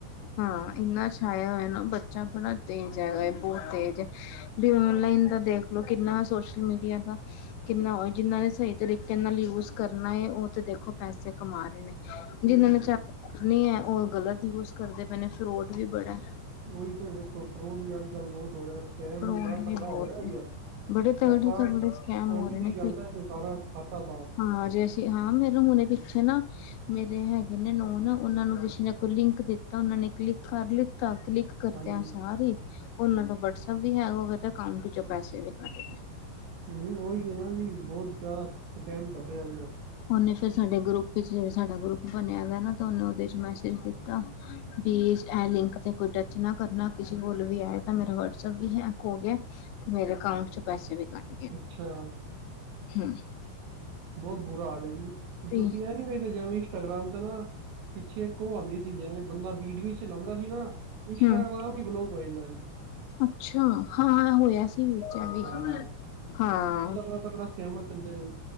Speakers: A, on the left; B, on the right.
A: ਹਾਂ ਇੰਨਾ ਛਾਇਆ ਹੋਇਆ ਨਾ, ਬੱਚਾ ਬੜਾ ਤੇਜ਼ ਹੈਗਾ ਹੈ, ਬਹੁਤ ਤੇਜ਼ ਹੈ। ਵੀ ਔਨਲਾਈਨ ਦਾ ਦੇਖ ਲੋ, ਕਿੰਨਾ ਸੋਸ਼ਲ ਮੀਡੀਆ ਦਾ ਕਿੰਨਾ ਹੋ ਜਿਹਨਾਂ ਨੇ ਸਹੀ ਤਰੀਕੇ ਨਾਲ ਯੂਜ ਕਰਨਾ ਹੈ, ਉਹ ਤੇ ਦੇਖੋ, ਪੈਸੇ ਕਮਾ ਰਹੇ ਨੇ। ਜਿਨਾਂ
B: ਬਿਲਕੁਲ
A: ਨੇ ਚ
B: ਜੀ
A: ਕਰਨੀ ਹੈ, ਉਹ ਗ਼ਲਤ ਯੂਜ ਕਰਦੇ ਪਏ ਨੇ, ਫਰੋਡ ਵੀ ਬੜਾ।
B: ਉਹੀ ਤਾਂ ਵੇਖੋ ਫਰੋਡ ਵੀ ਅੱਜ ਕੱਲ ਬਹੁਤ ਹੋ ਰਿਹਾ, ਸਕੈਮ
A: ਫਰੋਡ
B: ਵੀ ਬੜਾ ਤਗੜਾ
A: ਬਹੁਤ
B: ਹੋ ਰਿਹਾ ਅਜ
A: ਹੈ।
B: ਕੱਲ।
A: ਬੜੇ
B: ਪੈਸਾ
A: ਤਗੜੇ-ਤਗੜੇ ਸਕੈਮ
B: ਓ
A: ਹੋ
B: ਟੀ
A: ਰਹੇ ਨੇ
B: ਪੀ ਚੱਲਦਾ ਹੈ, ਤੇ ਸਾਰਾ ਖਾਤਾ ਸਾਫ਼।
A: ਹਾਂ ਜੇ ਅਸੀਂ ਹਾਂ, ਮੇਰੇੂੰ ਹੁਣੇੇ ਪਿੱਛੇ ਨਾ ਮੇਰੇ ਹੈਗੇ ਨੇ ਨੋਨ, ਉਹਨਾਂ ਨੂੰ ਕਿਸੇ ਨੇ ਲਿੰਕ ਦਿੱਤਾ, ਉਹਨਾਂ ਨੇ ਕਲਿੱਕ ਕਰ ਲਿੱਤਾ, ਕਲਿੱਕ ਕਰਦੇਆਂ
B: ਹਾਂਜੀ
A: ਸਾਰ ਈ, ਉਹਨਾਂ ਦਾ ਵਟਸਐਪ ਵੀ ਹੈ, ਔ ਔਦੇ ਅਕਾਂਟ ਚੋਂ ਪੈਸੇ ਵੀ ਗਏ।
B: ਹੂ, ਉਹੀ ਨਾ ਜੀ, ਬਹੁਤ ਜ਼ਿਆਦਾ ਸਕੈਮ ਕੱਢਿਆ
A: ਉਹਨੇ ਫਿਰ ਸਾਡੇ ਗਰੁੱਪ ਵਿੱਚ, ਜਿਹੜਾ ਸਾਡਾ ਗਰੁੱਪ ਬਣਿਆ ਦਾ ਨਾ, ਉਹਨੇ ਉਹਦੇ ਚ ਮੈਸੇਜ ਕੀਤਾ। ਵੀ ਇਹ ਲਿੰਕ ਤੇ ਕੋਈ ਟੱਚ ਨਾ ਕਰਨਾ, ਕਿਸੇ ਕੋਲ ਵੀ ਆਇ ਤਾਂ, ਮੇਰਾ ਵਟਸਐਪ ਵੀ ਹੈਕ ਹੋ ਗਿਆ। ਤੇ, ਮੇਰੇ ਅਕਾਊਂਟ ਚ ਪੈਸੇ ਵੀੱ ਕੱਢ
B: ਅੱਛਾ,
A: ਹੂੰ, <unintelligible>
B: ਬਹੁਤ ਬੁਰਾ ਹਾਲ ਹੈ ਜੀ, ਤੁਸੀਂ
A: ਹੂੰ
B: ਐ ਨੀ ਵੇਖਦੇ ਇੰਸਟਾਗ੍ਰਾਮ ਤੇ ਨਾ ਪਿੱਛੇ ਇੱਕ ਉਹ ਆਦੀ ਸੀ, ਜਿਵੇਂ ਬੰਦਾ ਵੀਡੀਓ ਚਲਾਦਾ ਸੀ ਨਾ ਇੰਸਟਾਗ੍ਰਾਮ
A: ਹਮ
B: ਹੀ ਬਲੋਕ ਹੋ ਜਾਂਦਾ ਜੀ।
A: ਅੱਛਾ, ਹਾਂ ਹੋਇਆ ਸੀ, ਵਿਚ ਵੀ
B: ਹਾਂ
A: ਹਾਂ
B: ਬੜਾ ਤਗੜਾ ਸਕੈਮਰ ਚੱਲਦੇ ਪਏ ਨ।